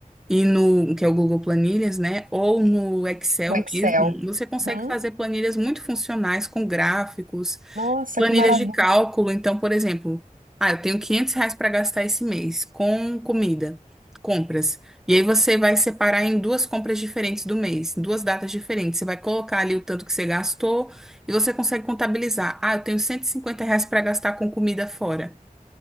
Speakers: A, in the centre; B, on the right.
A: e no, que é o Google Planilhas, né? Ou no Excel
B: O Excel.
A: mesmo, você consegue
B: Uhum.
A: fazer planilhas muito funcionais com gráficos
B: Nossa,
A: planilhas
B: que maravilha.
A: de cálculo. Então, por exemplo, ah, eu tenho 500 reais para gastar esse mês com comida, compras. E aí você vai separar em duas compras diferentes do mês, em duas datas diferentes. Você vai colocar ali o tanto que você gastou e você consegue contabilizar. Ah, eu tenho 150 reais para gastar com comida fora.